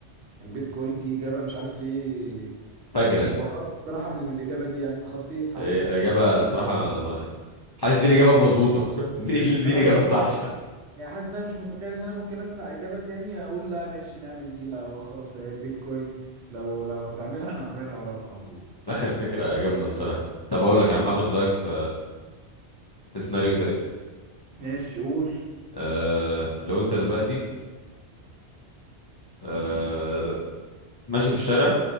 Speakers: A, on the right; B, on the left.
A: البيتكوين دي اجابة مش عارف ليه
B: فجرة
A: يعني انبهرت بصراحة من من الاجابة دي يعني اتخضيت حتى
B: إيه، اجابة الصراحة ما حاسس دي الاجابة المظبوطة <laughs> دي دي
A: اه اه
B: الاجابة الصح
A: اه يعني يعني حاسس ان انا مش متخيل ان انا ممكن اسمع اجابة تانية اقول لا ماشي نعمل دي لا هو خلاص هي بيتكوين لو لو هتعملها انا هعملها وراك على طول
B: <laughs> فكرة جامدة الصراحة طب اقول لك يا عم اخد رأيك في في سيناريو تاني
A: ماشي قول
B: أه... لو انت دلوقتي أه... ماشي في الشارع